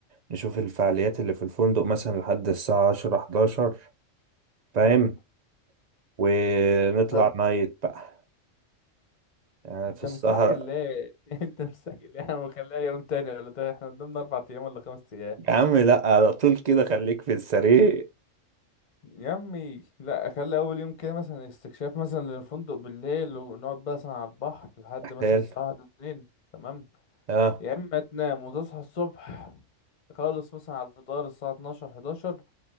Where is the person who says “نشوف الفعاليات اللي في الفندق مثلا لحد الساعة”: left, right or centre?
Right